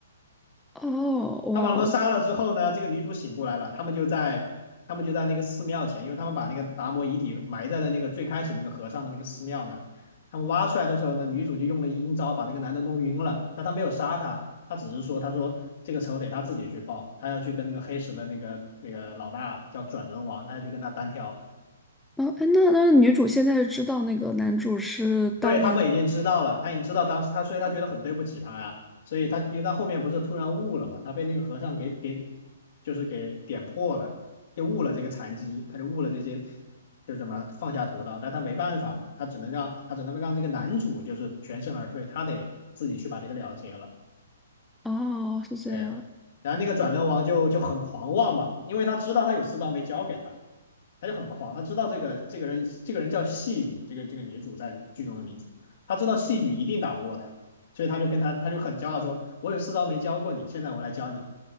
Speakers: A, in the centre; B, on the left.
A: 哦哇哦，
B: 他把他们杀了之后呢，这个女主醒过来了，他们就在他们就在那个寺庙前，因为他们把那个达摩遗体埋在了那个最开始那个和尚的那个寺庙那儿。他们挖出来的时候呢，女主就用了阴招把这个男的弄晕了，但他没有杀他，他只是说，他说这个仇得他自己去报，他要去跟那个黑石的那个那个老大叫转轮王，他要去跟他单挑。
A: 嗯，哎，那那女主现在是知道那个男主是当年的，
B: 对，他们已经知道了，他已经知道当时他，所以他觉得很对不起他呀、所以他因为他后面不是突然悟了嘛，他被那个和尚给给就是给点破了，就悟了这个禅机，他就悟了这些就是什么放下屠刀，但他没办法嘛，他只能让他只能让这个男主就是全身而退，他得自己去把这个了结了。
A: 哦，是这样，
B: 对，然后那个转轮王就就很狂妄嘛，因为他知道他有四刀没交给他，他就很狂，他知道这个这个人这个人叫细雨，这个这个女主在剧中的名字，他知道细雨一定打不过他，所以他就跟他他就很骄傲说，我有四刀没教过你，现在我来教你。